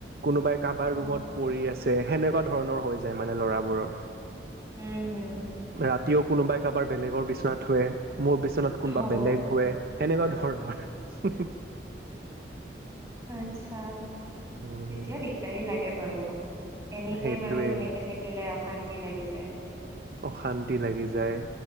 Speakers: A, on the right; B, on the right.
A: কোনোবাই কাৰোবাৰ
B: উম,
A: ৰুমত পৰি আছে সেনেকুৱা ধৰণৰ হৈ যায় মানে ল'ৰাবোৰৰ
B: উম হম
A: ৰাতিও কোনোবাই কাৰোবাৰ বেলেগৰ বিচনাত শুৱে মোৰ বিচনাত কোনোবা
B: অ',
A: বেলেগ শুয়ে সেনেকুৱা ধৰনৰ
B: আচ্ছা
A: উম
B: তেতিয়া দিগদাৰী লাগে বাৰু এনি
A: সেইটোৱে
B: টাইম আৰু সেনেকে থাকিলে অশান্তি লাগি যায়
A: অশান্তি লাগি যায়